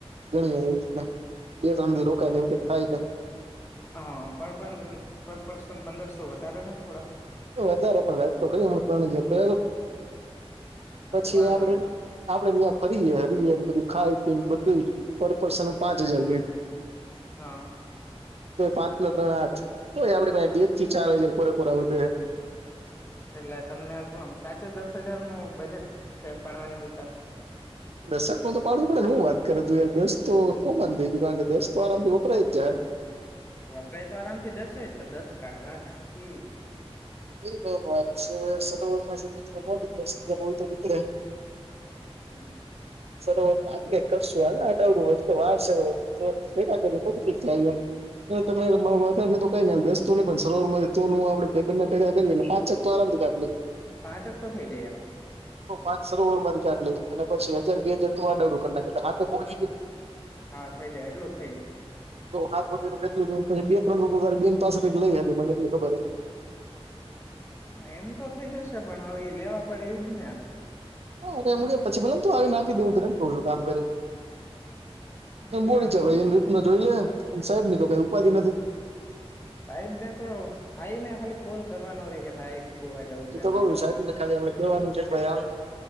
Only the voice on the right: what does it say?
ગણી એવી રીતના બે, ત્રણ દિવસ રોકાયને એવું કક થાય ને
એ, વધારે પણ રાત તો ખ હમણા ત્રણ હજાર પ
પછી,
આપડે
આપડે, ત્યાં ફરીએે હરીએ બધું ખાઈ પીને બધું પર પર્સન પાંચ હજાર, બે
તો એ પાંચ ના ત્રણ આઠ તોય, આપડે બે થી ચાર હજાર પોરેપોરા હો
દશકમાં તો પાડું પડે હુ, વાત કરે તું યાર દસ તો કોમાન થઈ ગયુ, કારણ કે દસ તો આરામથી વપરાય જ જાય
એ વાત છે, સર પાી તોી
સરર ક કરશુ, હાલ આ ડવરું, તો વાર ભેગા કર પછીી જાય એમ તમે વધ, ન કઈ દસ ન પણ સરોવર તે ગ પાંચક, પરાા
પાંચ સર ઓવર થી કાઢ લઈ અને પછી, હજાર બે હજાર, તું આ ડવરું કર ના એટલે હાથે, પોડી ગય
હા, વધે તો કેટલું પછ, બે ત્રણ ર બેન પાસેથી જ લઈ. હ મને એટલી ખબર
હારે પછી, ભોને તું આવી ના આપી દે હું ત એમ કઉ છુ, કામ કરી
એમ બોલી
છે, ભાઈ
એની રીત ના જોઈ લે એમ સાહેબ ની તો કઈ ઉપાધિ નથી
એ તો
કઉ છું સાહેબ ને ખાલી આપડે કેવાનું છે કે ભાઈ આમ